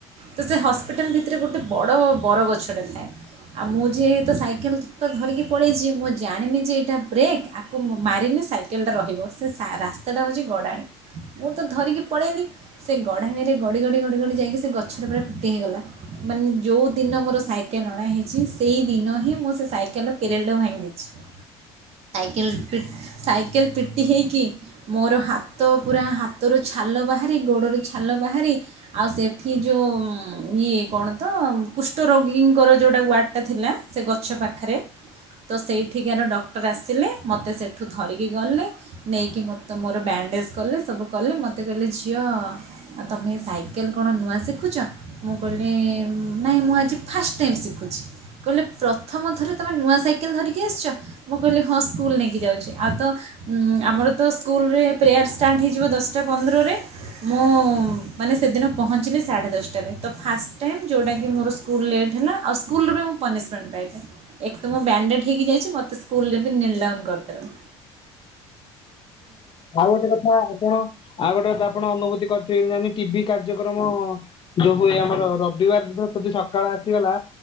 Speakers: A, on the right (about 55°); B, on the left (about 40°).
A: ତ ସେ ହସ୍ପିଟାଲ ଭିତରେ ଗୋଟେ ବଡ଼ ବର ଗଛଟା ଥାଏ। ଆଉ ମୁଁ ଯେହେତୁ ସାଇକେଲ ତ ଧରିକି ପଳେଇଛି ମୁଁ ଜାଣିନି ଯେ ଏଇଟା ବ୍ରେକ୍ ଆ କୁ ମାରିଲି ସାଇକେଲଟା ରହିବ। ସେ ରାସ୍ତାଟା ହେଉଛି ଗଡ଼ାଣି ମୁଁ ତ ଧରିକି ପଳେଇଲି ସେ ଗଢ଼ାଣିରେ ଗଡ଼ି ଗଡ଼ି ଗଡ଼ି ଯାଇକି ସେ ଗଛରେ ପୁରା ପିଟି ହୋଇଗଲା ମାନେ ଯେଉଁଦିନ ମୋର ସାଇ ସାଇକେଲ୍ ଅଣାହେଇଛି ସେଇ ଦିନ ହିଁ ମୁଁ ସେ ସାଇକେଲ କେରିୟଲ ଭାଙ୍ଗିଦେଇଛି। <inaudible> ସାଇକେଲ ପିଟି ହେଇକି, ମୋର ହାତ ପୁରା ହାତରୁ ଛାଲ ବାହାରି ଗୋଡ଼ରୁ ଛାଲ ବାହାରି ଆଉ ସେଠି ଯୋଉଁ ଇଏ କଣ ତ କୁଷ୍ଠରୋଗୀଙ୍କର ଯେଉଁଟା ୱାର୍ଡ଼ଟା ଥିଲା। ସେ ଗଛ ପାଖରେ ତ ସେଇଠିକାର ଡକ୍ଟର ଆସିଲେ, ମୋତେ ସେଇଠୁ ଧରିକି ଗଲେ। ନେଇକି ମୋତେ ମୋର ବ୍ୟାଣ୍ଡେଜ୍ କଲେ, ସବୁ କଲେ ମୋତେ କହିଲେ ଝିଅ ଆଉ ତୁମେ ସାଇକେଲ କଣ ନୂଆ ଶିଖୁଛ? ମୁଁ କହିଲି ନାଇଁ ମୁଁ ଆଜି ଫାଷ୍ଟ ଟାଇମ୍ ଶିଖୁଛି। କହିଲେ ପ୍ରଥମ ଥରେ ତମେ ନୂଆ ସାଇକେଲ ଧରିକି ଆସିଛ। ମୁଁ କହିଲି ହଁ ସ୍କୁଲ୍ ନେଇକି ଯାଉଛି ଆଉ ତ ଆମର ତ ସ୍କୁଲରେ ପ୍ରେୟାର୍ ଷ୍ଟାର୍ଟ ହେଇଯିବ ଦଶଟା ପନ୍ଦରରେ। ମୁଁ ମାନେ ସେଦିନ ପହଞ୍ଚିଲି ସାଢ଼େ ଦଶଟାରେ। ତ ଫାଷ୍ଟ ଟାଇମ୍ ଯେଉଁଟାକି ମୋର ସ୍କୁଲ୍ ଲେଟ୍ ହେଲା। ଆଉ ସ୍କୁଲରେ ମୁଁ ପନିସମେଣ୍ଟ ପାଇ ଏକ୍ ତୋ ବ୍ୟାଣ୍ଡେଡ ହେଇକ ଯାଇଛି ମୋତେ ସ୍କୁଲରେ ବି ଲକ୍ କରି ଦେଲେ।
B: ଆଉ ଗୋଟେ କଥା ଆପଣ ଆଉ ଗୋଟେ କଥା ଆପଣ ଅନୁଭୂତି କରିଥିବେ। ଟିଭି କାର୍ଯ୍ୟକ୍ରମ ଯୋଉ ହୁଏ ଆମର, ରବିବାର ଦିନ ଯଦି ସକାଳ ଆସିଗଲା